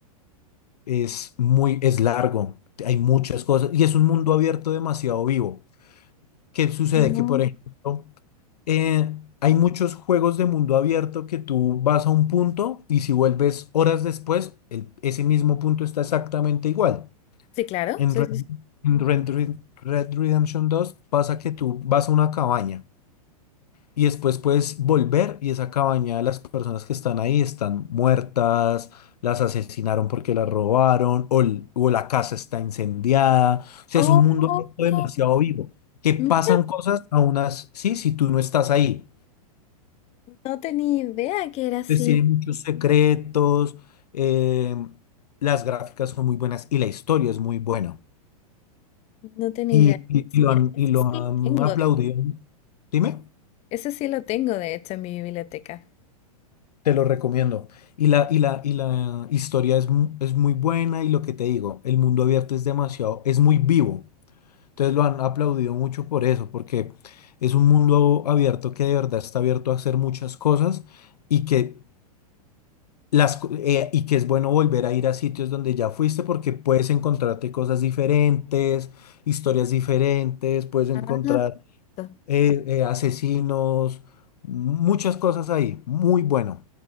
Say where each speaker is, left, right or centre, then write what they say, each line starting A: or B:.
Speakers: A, on the left (about 85°); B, on the left (about 35°).
A: Es muy, es largo, hay muchas cosas y es un mundo abierto demasiado vivo. ¿Qué sucede?
B: Mm,
A: Que, por ejemplo, eh, hay muchos juegos de mundo abierto que tú vas a un punto y si vuelves horas después, el- ese mismo punto está exactamente igual.
B: Sí, claro.
A: En
B: Sí,
A: Red,
B: sí, sí.
A: en Red Red Redemption 2 pasa que tú vas a una cabaña. Y después puedes volver y esa cabaña de las personas que están ahí están muertas, las asesinaron porque las robaron o, l- o la casa está incendiada. O sea,
B: Oh,
A: es un mundo
B: oh,
A: demasiado
B: oh,
A: vivo, que pasan
B: mira,
A: cosas a unas, sí, si tú no estás ahí.
B: no tenía idea que era así.
A: Pues tiene muchos secretos, eh, las gráficas son muy buenas y la historia es muy buena.
B: No tenía
A: Y,
B: idea.
A: y- y lo
B: Mira,
A: han,
B: ese
A: y lo han
B: sí lo tengo,
A: aplaudido.
B: de,
A: Dime.
B: ese sí lo tengo, de hecho, en mi biblioteca.
A: Te lo recomiendo. Y la, y la, y la historia es, mu- es muy buena y lo que te digo, el mundo abierto es demasiado, es muy vivo. Entonces lo han aplaudido mucho por eso, porque es un mundo abierto que de verdad está abierto a hacer muchas cosas y que, las, co- eh, y que es bueno volver a ir a sitios donde ya fuiste porque puedes encontrarte cosas diferentes, historias diferentes, puedes encontrar
B: Ah, to-
A: eh, eh, asesinos, muchas cosas ahí. Muy bueno.